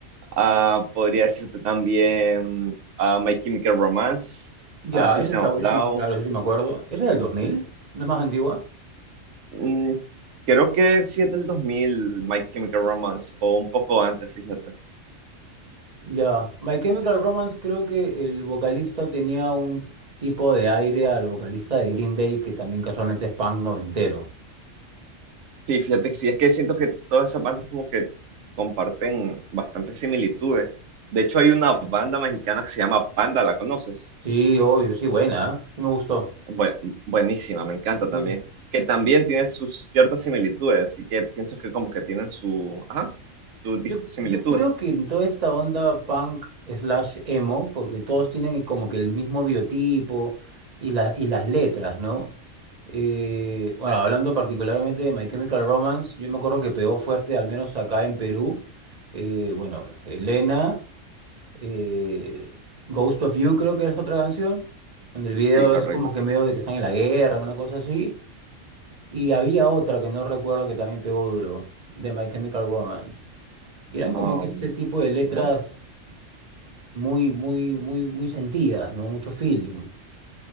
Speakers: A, on the right (about 70°); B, on the right (about 35°).
A: Ah, podría decirte también ah, My Chemical Romance,
B: Ya,
A: ah, System
B: eso está,
A: of Down.
B: sí, claro, eso sí me acuerdo. ¿Esa es del 2000? ¿No es más antigua?
A: Mm, creo que sí es del 2000, My Chemical Romance, o un poco antes, fíjate.
B: Ya, My Chemical Romance creo que el vocalista tenía un tipo de aire al vocalista de Green Day que también casualmente es punk noventero.
A: Sí, fíjate que sí, es que siento que todas esas bandas como que comparten bastantes similitudes. De hecho, hay una banda mexicana que se llama Panda, ¿la conoces?
B: Sí, obvio, sí, buena, ¿eh? Sí me gustó.
A: Buen- buenísima, me encanta también.
B: Sí.
A: Que también tiene sus ciertas similitudes, así que pienso que como que tienen su, ajá, sus
B: Yo,
A: di- similitudes.
B: yo creo que en toda esta onda punk slash emo, porque todos tienen como que el mismo biotipo y, la- y las letras, ¿no? Eh, bueno, hablando particularmente de My Chemical Romance, yo me acuerdo que pegó fuerte, al menos acá en Perú. eh, bueno, Elena. Eh, Ghost of You creo que es otra canción, donde el video
A: Sí, correcto.
B: es como que medio de que están en la guerra, una cosa así. Y había otra que no recuerdo que también pegó duro, de My Chemical Romance. Y eran como
A: Um,
B: que este tipo de letras
A: ujú.
B: muy, muy, muy, muy sentidas, ¿no? Mucho feeling.